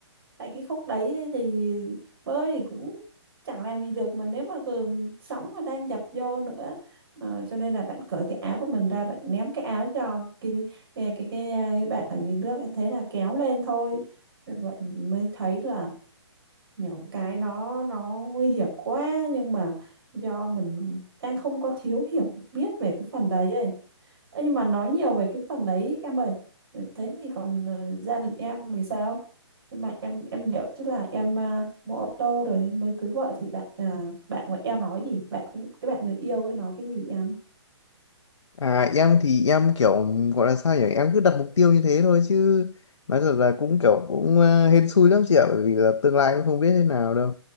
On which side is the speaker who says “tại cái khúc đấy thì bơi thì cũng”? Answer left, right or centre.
Right